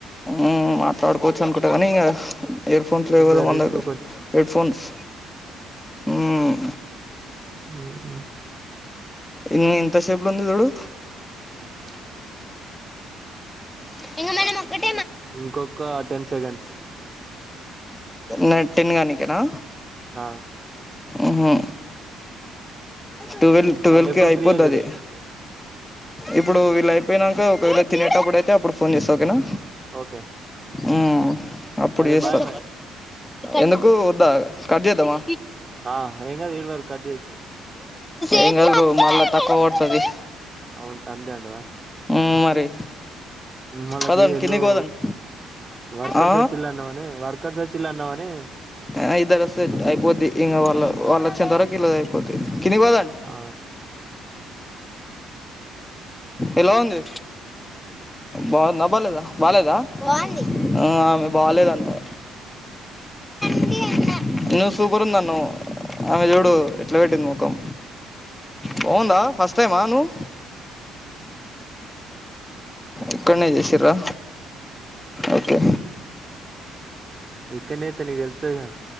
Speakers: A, on the left; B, on the right.
A: ఉ మాట్లాడుకోవచ్చు అనుకుంటగాని ఇగ ఇయర్ ఫోన్స్ లేవు
B: ఇబ్బ
A: కదా మన
B: రిస్క్
A: దగ్గర హెడ్ ఫోన్స్ మ్మ్
B: ఉహు
A: ఎన్ని ఎంత సేపులో ఉంది తూడు
B: <inaudible>
A: <inaudible>
B: ఇంకొక టెన్ సెకండ్స్
A: నా టెన్ కానికెనా
B: ఆ
A: ఉహు ట్వెల్వ్ ట్వెల్వ్కి
B: మళ్ళీ ఎప్పుడు
A: అయిపోద్
B: ఫ్రీ అయితారు
A: అది ఇప్పుడు వీళ్ళు అయిపోయినాక ఒకవేళ తినేటప్పుడు అయితే అప్పుడు ఫోన్ చేస్తా ఓకేనా.
B: ఓకే
A: ఉ అప్పుడు
B: సరే
A: చేస్తా
B: బాయ్ మరి
A: ఎందుకు వద్దా కట్ చేద్దామా
B: ఆ ఏం కాదు ఈడి వరకు కట్ చేయొచ్చు
A: ఎమ్ కాదు బ్రో మళ్ళా తక్కువ పడతాది
B: అవుంటా అంతే అంటావా
A: ఉ మరి
B: మళ్ళ
A: పదండి
B: బి
A: కిందకు
B: నువ్వు
A: పదండి
B: వర్కర్స్
A: ఆ
B: వచ్చిళ్ళు అన్నావని వర్కర్స్ వచ్చిళ్ళు అన్నావని
A: య ఇద్దరోస్తే అయిపోద్ది ఇంకా వాళ్ళ వాళ్ళు వచ్చేంత వరకు ఈలు అయిపోద్ది కిందకి వదండి.
B: ఆ
A: ఎలా ఉంది బాగుందా బాలేదా ఆ ఆమె బాలేదంటా <inaudible> నువ్ సూపర్ ఉందన్నవ్ ఆమె చూడు ఎట్లా పెట్టింది మొఖం. బావుందా ఫస్ట్ టైమా నువ్ ఇక్కనే చేసిర్రా ఓకే
B: ఇక్కడనే అయితే నీకు తెలుత్తదిగా